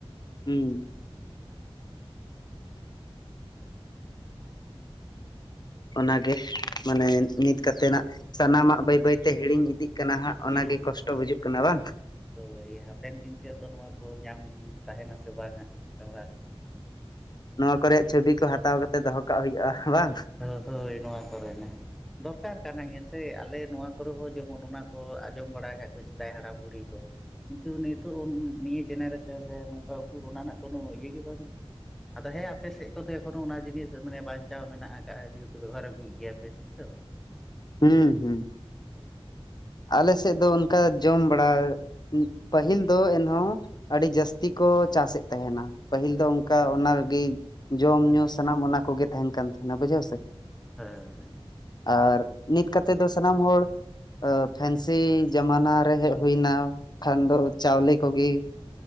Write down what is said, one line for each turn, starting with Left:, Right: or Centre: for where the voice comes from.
Left: ᱦᱩᱸ ᱚᱱᱟ ᱜᱮ ᱢᱟᱱᱮ ᱱᱤᱛ ᱠᱟᱛᱮ ᱱᱟᱜ ᱥᱟᱱᱟᱢᱟᱜ ᱵᱟᱹᱭ ᱵᱟᱹᱭ ᱛᱮ ᱦᱤᱲᱤᱧ ᱤᱫᱤᱜ ᱠᱟᱱᱟ ᱦᱟᱸᱜ ᱚᱱᱟ
Centre: ᱜᱤᱲᱤ
Left: ᱜᱮ ᱠᱚᱥᱴᱚ ᱵᱩᱡᱩᱜ ᱠᱟᱱᱟ ᱵᱟᱝ
Centre: ᱦᱳᱭ ᱦᱟᱯᱮᱱ ᱫᱤᱱ ᱛᱮ ᱟᱫᱚ ᱱᱚᱣᱟ ᱠᱚ ᱧᱟᱢ ᱛᱟᱦᱮᱱᱟ ᱥᱮ ᱵᱟᱝ ᱦᱟᱸᱜ ᱠᱟᱢᱨᱟ
Left: ᱱᱚᱣᱟ ᱠᱚᱨᱮᱜ ᱪᱚᱵᱤ ᱠᱚ ᱦᱟᱛᱟᱣ ᱠᱟᱛᱮ ᱫᱚᱦᱚ ᱠᱟᱜ ᱦᱩᱭᱩᱜᱼᱟ ᱵᱟᱝ
Centre: ᱚ ᱦᱳᱭ ᱱᱚᱣᱟ ᱠᱚᱨᱮᱱᱟᱜ ᱫᱚᱨᱠᱟᱨ ᱠᱟᱱᱟ ᱜᱮᱸᱭᱟ ᱥᱮ ᱟᱞᱮ ᱱᱚᱣᱟ ᱠᱚᱨᱮ ᱦᱚᱸ ᱡᱚᱢᱚᱱ ᱚᱱᱟ ᱠᱚ ᱟᱸᱡᱚᱢ ᱵᱟᱲᱟ ᱠᱟᱜ ᱠᱩᱪᱷ ᱥᱮᱫᱟᱭ ᱦᱟᱲᱟᱢ ᱵᱩᱲᱦᱤ ᱠᱚ ᱠᱤᱱᱛᱩ ᱱᱤᱛᱚᱜ ᱚᱱ ᱱᱤᱭᱟᱹ ᱡᱮᱱᱮᱨᱮᱥᱚᱱ ᱨᱮ ᱱᱚᱝᱠᱟ ᱩᱠᱩᱨ ᱚᱱᱟ ᱨᱮᱱᱟᱜ ᱠᱳᱱᱳ ᱤᱭᱟᱹ ᱜᱮ ᱵᱟᱹᱱᱩᱜ ᱟᱫᱚ ᱦᱮᱸ ᱟᱯᱮ ᱥᱮᱫ ᱠᱚᱛᱮ‌ ᱠᱳᱱᱳ ᱚᱱᱟ ᱡᱤᱱᱤᱥ ᱢᱟᱱᱮ ᱵᱟᱸᱧᱪᱟᱣ ᱢᱮᱱ ᱠᱟᱜ-ᱟ ᱡᱮᱦᱮᱛᱩ ᱵᱮᱵᱚᱦᱟᱨ ᱟᱹᱜᱩᱭᱮᱜ ᱜᱮᱭᱟ ᱯᱮ ᱥᱮ ᱦᱮᱸ ᱥᱮ ᱵᱟᱝ᱾
Left: ᱦᱩᱸ, ᱦᱩᱸ ᱟᱞᱮ ᱥᱮᱫ ᱫᱚ ᱚᱱᱠᱟ ᱡᱚᱢ ᱵᱟᱲᱟ ᱯᱟᱹᱦᱤᱞ ᱫᱚ ᱮᱱᱦᱚᱸ ᱟᱹᱰᱤ ᱡᱟᱹᱥᱛᱤ ᱠᱚ ᱪᱟᱥ ᱮᱜ ᱛᱟᱦᱮᱱᱟ᱾ ᱯᱟᱹᱦᱤᱞ
Centre: ᱦᱮᱸ
Left: ᱫᱚ ᱚᱱᱠᱟ ᱚᱱᱟ ᱞᱟᱜᱤᱫ ᱡᱚᱢ
Centre: ᱚᱱᱟ
Left: ᱧᱩ
Centre: ᱦᱮᱸ
Left: ᱥᱟᱱᱟᱢ ᱚᱱᱟ ᱠᱚᱜᱮ ᱛᱟᱦᱮᱱ ᱠᱟᱱ ᱛᱟᱦᱮᱱᱟ ᱵᱩᱡᱷᱟᱹᱣ ᱥᱮ ᱾
Centre: ᱦᱮᱸ, ᱦᱮᱸ᱾
Left: ᱟᱨ ᱱᱤᱛ ᱠᱟᱛᱮᱫ ᱫᱚ ᱥᱟᱱᱟᱢ ᱦᱚᱲ ᱟᱸᱻ ᱯᱷᱮᱱᱥᱤ ᱡᱟᱢᱟᱱᱟ ᱨᱮ ᱦᱮᱡ ᱦᱩᱭᱱᱟ᱾ ᱠᱷᱟᱱ ᱫᱚ ᱪᱟᱣᱞᱮ ᱠᱚᱜᱮ